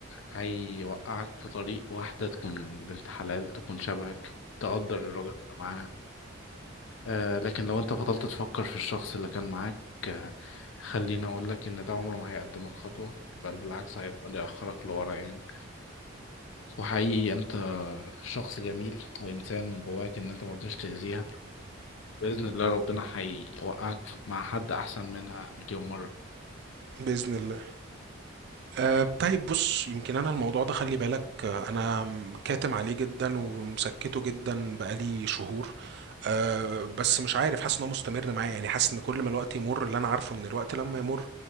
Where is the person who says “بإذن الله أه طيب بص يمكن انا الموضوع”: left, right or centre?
Right